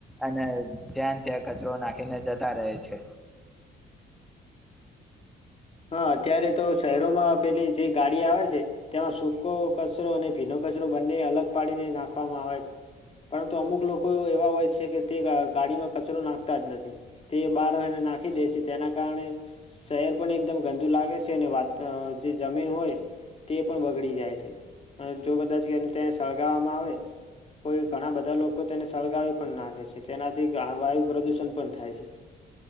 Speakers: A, in the centre; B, on the left (about 30°).
A: અને ત્યાં ત્યાં કચરો નાખીને જતા રહે છે
B: હા અત્યારે તો શહેરોમાં પેલી જે ગાડી આવે છે તેમાં સૂકો કચરો અને ભીનો કચરો બંને અલગ પાડીને નાખવામાં આવે છે પરંતુ અમુક લોકો એવા હોય છે કે તે ગાડીમાં કચરો નાખતા જ નથી તે બહાર રહીને નાખી દે છે તેના કારણે શહેર પણ એકદમ ગંદુ લાગે છે અને વાત જે જમીન હોય તે પણ બગડી જાય છે જો કદાચ તેને સળગાવવામાં આવે કોઈ ઘણા બધા લોકો તેને સળગાવી પણ નાખે છે તેનાથી વાયુ પ્રદુષણ પણ થાય છે